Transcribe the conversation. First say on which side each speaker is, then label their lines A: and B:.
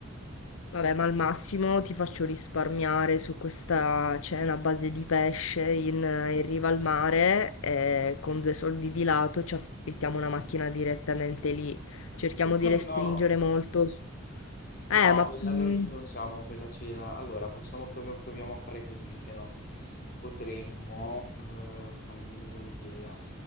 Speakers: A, on the left; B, on the left.
A: vabbè, ma al massimo ti faccio risparmiare su questa cena a base di pesce in, in riva al mare e con due soldi di lato ci affittiamo una macchina direttamente lì. Cerchiamo
B: Ma
A: di restringere
B: no!
A: molto.
B: No,
A: Eh, ma
B: quella
A: mm,
B: non rinunciamo a quella cena. Allora, facciamo, proviamo, proviamo a fare così, se no potremmo, eh, fammi venire un'idea.